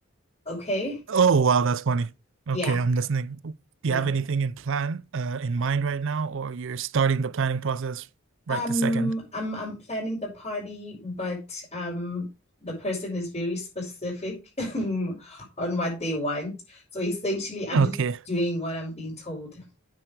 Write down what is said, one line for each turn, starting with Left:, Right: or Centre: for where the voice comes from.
Left: Okay?
Right: Oh, wow, that's funny. Okay,
Left: Yeah,
Right: I'm listening. Do
Left: yeah.
Right: you have anything in plan, uh, in mind right now, or you're starting the planning process right
Left: Um,
Right: this second?
Left: I'm I'm planning the party, but um, the person is very specific <laughs> on what they want. So essentially, I'm
Right: Okay,
Left: just doing what I'm being told,